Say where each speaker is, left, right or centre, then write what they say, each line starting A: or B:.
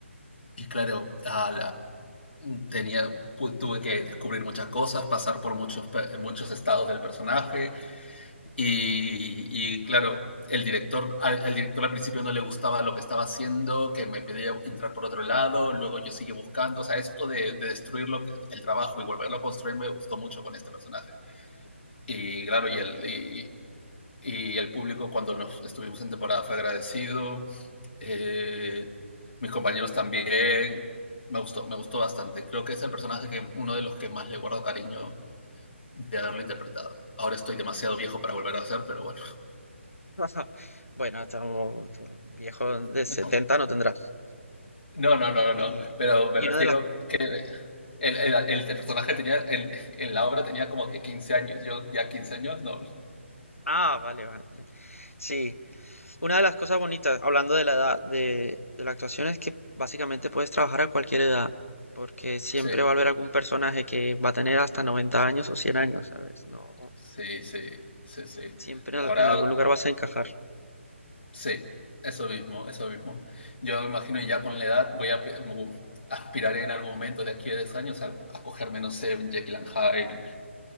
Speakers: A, on the left; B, on the left.
A: Y claro, a la, tenía, tuve que descubrir muchas cosas, pasar por muchos, muchos estados del personaje Y, y claro, el director, al, al, director al principio no le gustaba lo que estaba haciendo, que me pedía entrar por otro lado, luego yo sigue buscando, o sea, esto de, de destruir lo, el trabajo y volverlo a construir me gustó mucho con este personaje. Y claro,
B: claro.
A: y el, y, y el público cuando nos estuvimos en temporada fue agradecido, eh, mis compañeros también, me gustó, me gustó bastante. Creo que es el personaje que uno de los que más le guardo cariño de haberlo interpretado. Ahora estoy demasiado viejo para volver a hacer, pero bueno.
B: <laughs> Bueno, estamos viejo de
A: <laughs>
B: 70 no tendrás.
A: No, no, no, no,
B: Y,
A: no. Pero me
B: y
A: refiero
B: uno de las...
A: que el, el- el personaje tenía, en- en la obra tenía como que quince años. Yo ya 15 años, no.
B: Ah, vale, vale. Sí, Una de las cosas bonitas, hablando de la edad de, de la actuación, es que básicamente puedes trabajar a cualquier edad, porque siempre
A: Sí,
B: va a haber algún personaje que va a tener hasta 90 años o 100 años, ¿sabes? No,
A: sí, sí, sí, sí.
B: siempre en,
A: Ahora,
B: en algún lugar vas a encajar.
A: sí, eso mismo, eso mismo. Yo me imagino ya con la edad voy a pe- mu- aspiraré en algún momento de aquí a 10 años a, a cogerme, no sé, un Jekyll and Hyde,